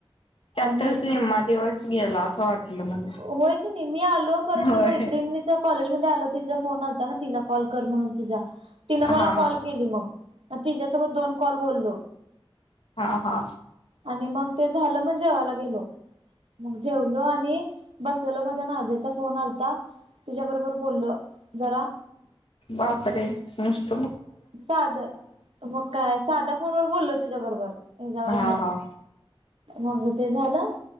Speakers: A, on the left; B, on the right.
A: त्यातच
B: आणि
A: निम्मा
B: हे
A: दिवस गेला असं वाटलं मला
B: होय की नाही मी आलो पर ती
A: होय
B: मैत्रिणीचा कॉलेज मध्ये आलो तिचा फोन आल तिला कॉल कर म्हणून तिझा तिन मला
A: हा
B: कॉल केली मग मग तिच्यासोबत दोन कॉल बोललो
A: हा हा
B: आणि मग ते झालं मग जेवायला गेलो मग जेवलो आणि बसलेलो मग त्या नाजियाचा फोन आलता तिच्याबरोबर बोललो जरा
A: बापरे नष्ट
B: साध मग काय साधा फोनवर बोललो तिच्याबरोबर फोन वर हिच्यावर
A: हा
B: नाही
A: हा
B: मग ते झालं